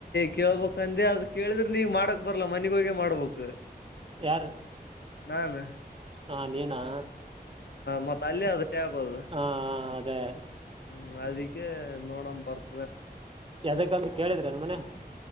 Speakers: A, on the left (about 80°); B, on the right (about 35°).
A: ಕೇಳ್ಬಬೇಕ್ಂದೆ ಅದು ಕೇಳಿದ್ರೆ ನೀಗ್ ಮಾಡಕ್ ಬರ್ಲ ಮನಿಗೆ ಹೋಗಿ ಮಾಡ್ಬೇಕ
B: ಯಾರಿ
A: ನಾನ
B: ಹಾ ನೀನಾ
A: ಮತ್ತ ಅಲ್ಲಿ ಅದ ಟ್ಯಾಪ್ ಅದು
B: ಹಾ ಅದೇ
A: ಹ್ಮ ಅದಕ್ಕೆ ನೋಡಂಬ ಬರ್ತ
B: ಯದಕ್ಕಂತ ಕೇಳಿದ್ರೆನ್ ಮನ್ಯಾಗ